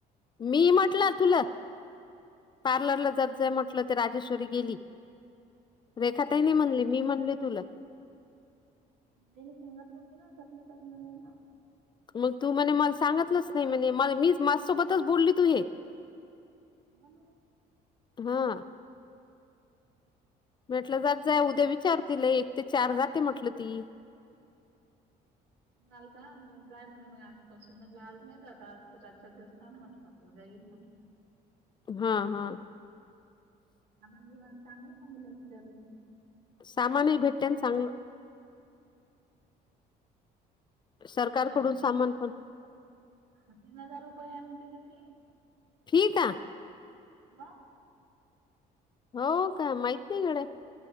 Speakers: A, on the left (about 25°); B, on the right (about 80°).
A: मी म्हटलं तुला पार्लरला जाातचंय म्हटलं ते राजेश्वरी गेली रेखा तही नाही म्हणली मी म्हणली तुला
B: नाहीई सांगत नाहीग ना स्वपन ट नगला
A: मग तू म्हणे मला सांगितलंच नाही म्हणे मला मी माझसोबतच बोलली तू हे
B: म्हणू
A: हा म्हटलं जात जा उद्या विचारतीलला एक ते चार जाते म्हटलं ती
B: <unintelligible>
A: हा हा.
B: आ मम ग वण तांला अंग नकीतात.
A: सामानही भेटतेन चांगल. सरकारकडून
B: हा, हे
A: सामान पण.
B: तीन हजार रुपये म्हणती ना फि.
A: ठीक आ.
B: ह.
A: हो का माहित नाहीकडे.